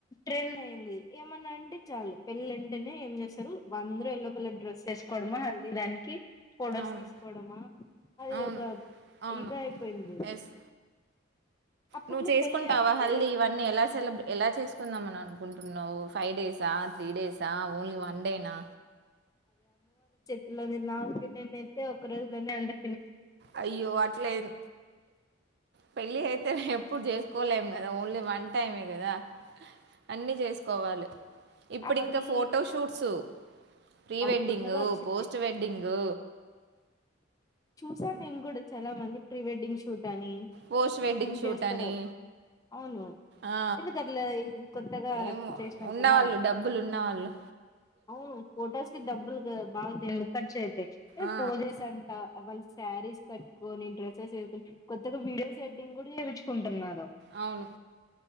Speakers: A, on the left; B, on the right.
A: ట్రెండ్ అయింది ఏమన్న అంటే చాలు పెళ్లి అంటేనే ఏం చేస్తరు అందరు ఎల్ల్లో కలర్ డ్రెస్ చేసుకోవడమా హల్దీ దానికి పొడర్స్
B: అవును
A: తీసుకోవడమా అది
B: అవును
A: ఒక
B: అవును
A: ఇది అయిపోయింది
B: ఎస్
A: అప్పట్లో
B: నువ్వు చేసుకుంటావా
A: పెళ్ళి అంటే
B: హల్దీ ఇవన్నీ ఎలాసేలబ్ ఎలా చేసుకుందాంమన్నన్ కుంటున్నావు ఫై డేసా త్రీ డేస్ ఆ ఓన్లీ వన్ డే నా
A: ఇంగ నేను నా నేను అయితే ఒక రోజులోనే అండి
B: అయ్యో అట్లే పెళ్ళి ఐతే ఎప్పుడు చేసుకోలేం కదా ఓన్లీ వన్ టైమే కదా అన్ని చేసుకోవాలి ఇప్పుడు
A: అది
B: ఇంకా ఫోటోషూట్స్ ప్రీ
A: అవ్
B: వెడ్డింగు
A: కొత్తగా వచ్చింది
B: పోస్ట్ వెడ్డింగు
A: చూసాను నేను కూడా చాలా మంది ప్రీ వెడ్డింగ్ షూట్ కానీ
B: పోస్ట్ వెడ్డింగ్
A: ఏం
B: షూట్
A: చేస్తారో
B: అని
A: అవును
B: ఆ
A: ఎందుకు అట్లా కొత్తగా
B: ఏమో
A: చేసినారు
B: ఉన్నవాళ్ళు
A: కదా
B: డబ్బులు ఉన్నవాళ్ళు
A: అవును ఫొటోస్ డబ్బులు బాగా దెండిగా ఖర్చయితాయి ఏ
B: ఆ
A: పోజస్ అంట వాళ్ళు శారీస్ కట్టుకుని డ్రస్సెస్ వేసుకొని కొత్తగా వీడియో సెట్టింగ్ కూడా చేపించుకుంటున్నారు
B: అవును